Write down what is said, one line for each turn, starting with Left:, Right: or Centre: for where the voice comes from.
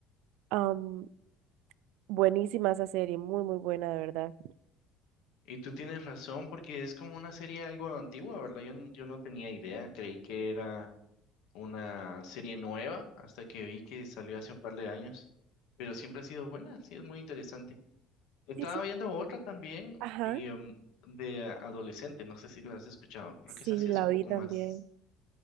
Right: Am, buenísima esa serie, muy, muy buena, de verdad.
Left: Y tú tienes razón porque es como una serie algo antigua, ¿verdad? Yo, n- yo no tenía idea, creí que era una serie nueva hasta que vi que salió hace un par de años, pero siempre ha sido buena, sí, es muy interesante. Estaba
Right: Sí, sí,
Left: viendo otra también
Right: ajá,
Left: y, em, de adolescente, no sé si la has escuchado, creo
Right: sí,
Left: que esa sí
Right: la
Left: es un
Right: vi
Left: poco
Right: también.
Left: más...